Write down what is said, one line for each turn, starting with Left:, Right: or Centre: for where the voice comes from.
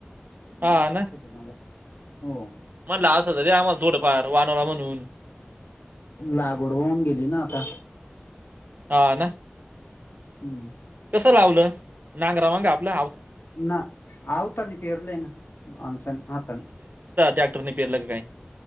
Right: हा
Left: दीलं
Right: ना
Left: असत तुम्हाला, हो
Right: म्हणलं असं त दया आम्हाला, थोडंफार वानोळा म्हणून
Left: लागवड होऊन गेली ना आता,
Right: हा ना
Left: हूं
Right: कसं लावलं? नांगरा माग आपल आ
Left: हा आवतानी पेरलय ना, माणसांनी हातान
Right: टॅक्टरने पेरलं की काय?